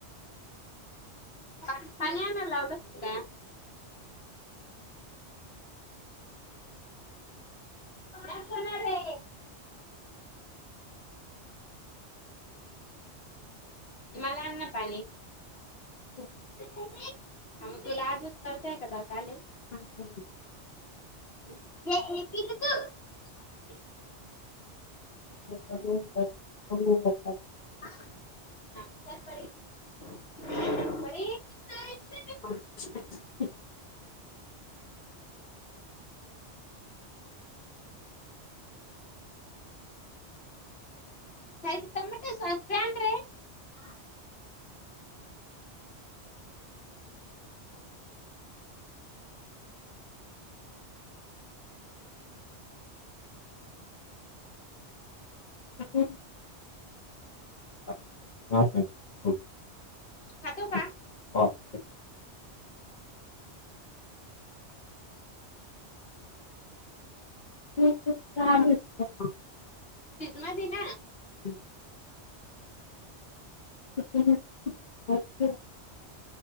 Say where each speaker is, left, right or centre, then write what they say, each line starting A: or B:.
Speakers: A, on the left (about 60°); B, on the left (about 45°).
A: <unintelligible> <unintelligible> होणार आहे. मला आन ना पाणी.
B: हम्म.
A: ह मग तुला आजच कळतय का दात आले.
B: <unintelligible>
A: हे <unintelligible>
B: <unintelligible>
A: <unintelligible>
B: <inaudible>
A: <unintelligible>
B: हा <unintelligible>
A: खातो का
B: <inaudible> <inaudible>
A: <unintelligible> मधी ना?
B: <inaudible> <inaudible>